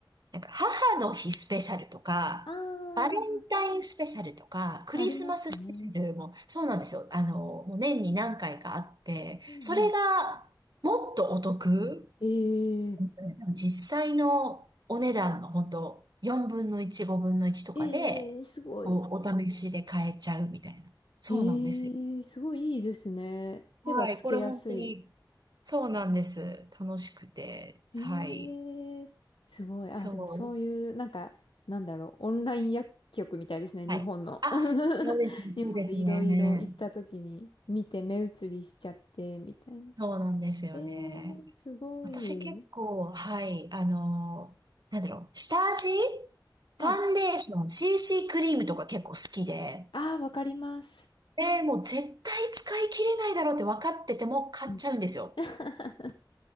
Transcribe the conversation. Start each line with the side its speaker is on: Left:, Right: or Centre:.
Right: なんか母の日スペシャルとか、
Left: あー、
Right: バレンタインスペシャルとか、クリスマススペシャルもそうなんですよ。
Left: ありますね。
Right: あの、もう年に何回かあって、
Left: うんうん。
Right: それがもっとお得
Left: えー、
Right: なんですよね。多分実際のお値段の本当4分の1、5分の1とかで、
Left: ええー、すごい。
Right: お、お試しで買えちゃうみたいな。そうなんですよ。
Left: えー、すごいいいですね。手がつけやすい。
Right: はい。これ本当に、そうなんです。楽しくて。
Left: ええすごい。
Right: はい。
Left: あ、
Right: そう。
Left: でもそういう、なんか、なんだろう、オンライン薬局みたいですね、
Right: はい。
Left: 日本の。
Right: あ、
Left: <laughs>
Right: そうですね。そうですね。
Left: 日本でいろいろ行った時に見て目移りしちゃって、みたいな。
Right: そうなんですよね。
Left: ええすごい。
Right: 私結構、はい、あの、なんだろう、下味
Left: はい。
Right: ファンデーション、CC クリームとか結構好きで、
Left: ああ、わかります。
Right: で、もう絶対使い切れないだろうって分かってても買っちゃうんですよ。
Left: うん、<laughs>